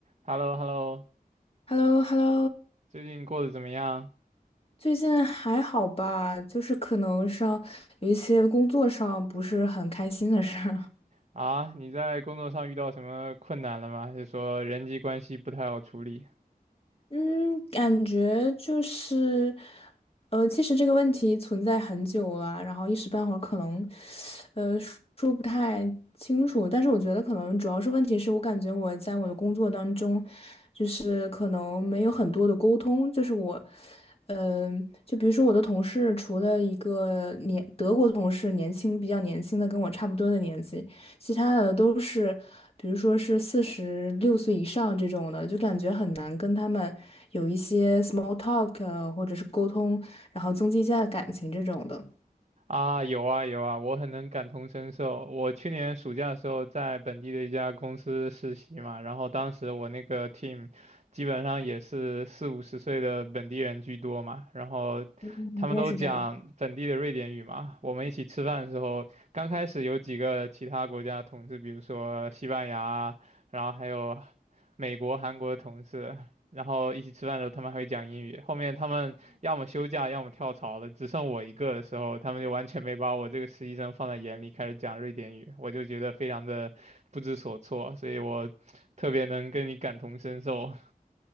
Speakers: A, on the right; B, on the left.
A: h e l l o h e l l o
B: h e l l o h e l l o
A: 最近过得怎么样
B: 最近还好吧？就是可能上有一些工作上不是很开心的事儿。
A: 啊？你在工作上遇到什么困难了吗？还是说人际关系不太好处理？
B: 嗯，感觉就是，呃，其实这个问题存在很久了，然后一时半会儿可能，呃，说不太清楚。但是我觉得可能主要是问题是我感觉我在我的工作当中，就是可能没有很多的沟通，就是我，嗯、就比如说我的同事，除了一个年德国同事，年轻比较年轻的，跟我差不多的年纪。其他的都是，比如说是四十六岁以上这种的，就感觉很难跟他们有一些 small talk 呃或者是沟通，然后增进一下感情这种的。
A: 啊，有啊有啊，我很能感同身受。我去年暑假的时候在本地的一家公司实习嘛，然后当时我那个 team 基本上也是四五十岁的本地人居多嘛，然后
B: 嗯，
A: 他们都讲本地的瑞典语嘛。
B: 你也是这样的
A: 我们一起吃饭的时候，刚开始有几个其他国家的同事，比如说西班牙啊，然后还有美国、韩国的同事，然后一起吃饭的时候他们还会讲英语，后面他们。要么休假，要么跳槽了，只剩我一个的时候，他们就完全没把我这个实习生放在眼里，开始讲瑞典语，我就觉得非常的不知所措，<laughs> 所以我特别能跟你感同身受